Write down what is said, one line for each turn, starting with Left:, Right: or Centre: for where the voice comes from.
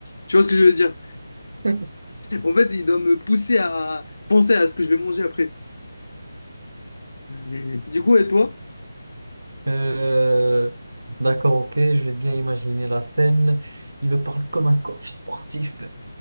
Left: Tu vois ce que je veux dire?
Right: <laughs>
Left: En fait, il doit me pousser à penser à ce que je vais manger après. Du coup, et toi?
Right: Euh, d'accord, ok, je vais bien imaginer la scène. Il me parle comme un coach sportif.